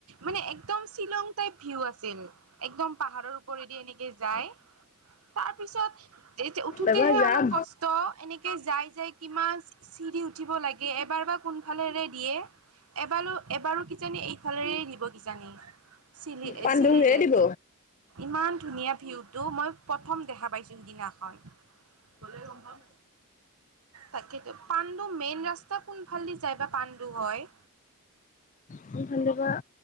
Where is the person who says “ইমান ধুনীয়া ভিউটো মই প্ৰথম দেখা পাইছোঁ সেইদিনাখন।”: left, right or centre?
Right